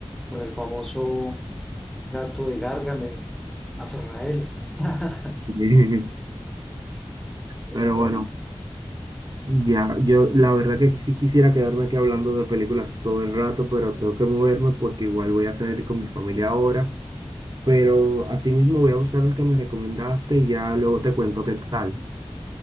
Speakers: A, in the centre; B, on the right (about 45°).
A: con el famoso gato de Gargamel, Azrael. <laughs>
B: <laughs>
A: Esa
B: Pero
A: es buena.
B: bueno, ya, yo la verdad que sí quisiera quedarme aquí hablando de películas todo el rato, pero tengo que moverme porque igual voy a salir con mi familia ahora. Pero asimismo voy a buscar las que me recomendaste y ya luego te cuento qué tal.